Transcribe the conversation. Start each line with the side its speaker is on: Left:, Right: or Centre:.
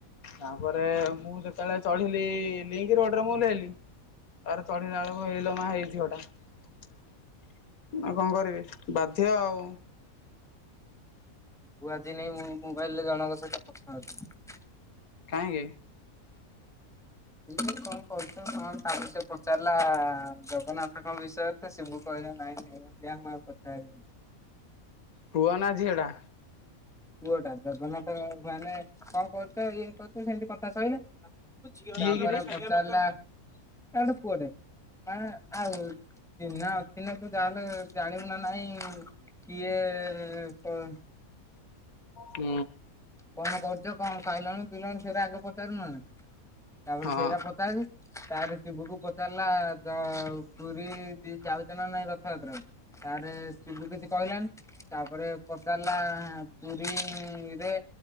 Left: ତାପରେ ମୁଁ ଯେତେବେଳେ ଚଢିଲି ଲିଙ୍କ ରୋଡରେ ମୁଁ ଓଲେହିଲି ତାପରେ ଚଢିଲା ବେଳକୁ ଏଇ ଲୋ ମା ହେଇ ଝିଅ ଟା। ଆଉ କଣ କରିବି? ବାଧ୍ୟ ଆଉ।
Centre: କୁଆଯିନି ମୁଁ ମୋବାଇଲ୍ ରେ ଜଣଙ୍କ ସହିତ କଥା ହେଉଛି ।
Left: କାହିଁକି
Centre: ହ <unintelligible> କଣ କରୁଛ କଣ ତାକୁ ସେ ପଚାରିଲା-ଆ-ଆ-ଆ ଜଗନ୍ନାଥଙ୍କ ବିଷୟରେ ତ ସେ ବହୁତ୍ କହିଲ ନାଇଁ ସେ ମୁଁ ଆଉ କଥା ହେବିନି ।
Left: ପୁଅ ନା ଝିଅ ଡା?
Centre: ପୁଅ ଟା ଜଗନ୍ନାଥ ଅ ମାନେ କଣ କରୁଛ ଇଏ କରୁଛ ସେମିତି କଥା ସଇଲା ।
Left: କିଏ
Centre: ତାପରେ
Left: କିରେ?
Centre: ପଚାରିଲା ଏ ଗୁଟେ ପୁଅ ଡେ ମାନେ ଆଉ ଚିହ୍ନା ଅଛି ନା ତୁ ଯାହାହେଲେ ଜାଣିବୁ ନା ନାହିଁ କିଏ-ଏ-ଏ-ଏ ଏ ପ
Left: ହୁ।
Centre: କଣ କରୁଛ କଣ ଖାଇଲନି ପିଇଲନି ସେରା ଆଗ ପଚାରୁ ନାହାନ୍ତି । ତାପରେ
Left: ହଁ
Centre: ସେଇରା ପଚାରି ତାପରେ ଶିବୁକୁ ପଚାରିଲା-ଆ-ଆ ପୁରୀ-ଇ-ଇ ଯାଉଛ ନା ନାଇଁ ରଥଯାତ୍ରାକୁ । ତାରେ ସିବୁ କିଛି କହିଲାନି ତାପରେ ପଚାରିଲା-ଆ-ଆ-ଆ ପୁରୀ-ଇ-ଇ-ଇ ରେ